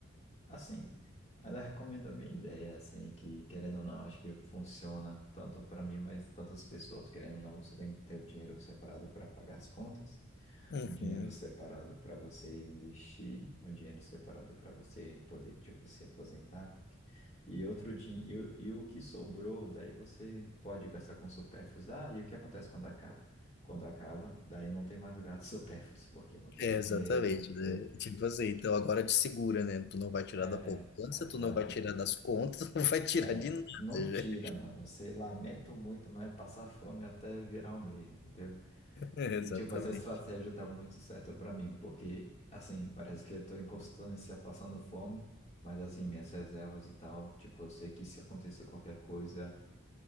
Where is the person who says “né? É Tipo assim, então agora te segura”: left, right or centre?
Left